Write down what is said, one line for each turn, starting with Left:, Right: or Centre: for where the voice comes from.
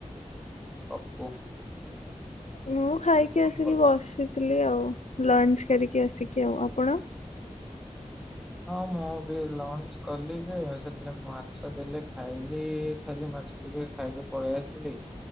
Centre: ପପୁ।
Left: ମୁଁ ଖାଇକି ଆସିକି
Centre: କଣ କରୁଥିଲେ?
Left: ବସିଥିଲି ଆଉ ଲଞ୍ଚ କରିକି ଆସିକି ଆଉ ଆପଣ?
Centre: ମୁଁ। ହଁ ମୁଁ ବି ଲଞ୍ଚ କଲି ଯେ ସେଥିରେ ମାଛ ଦେଲେ ଖାଇଲି। ଖାଲି ମାଛ ଟିକେ ଖାଇକି ପଳେଇ ଆସିଲି।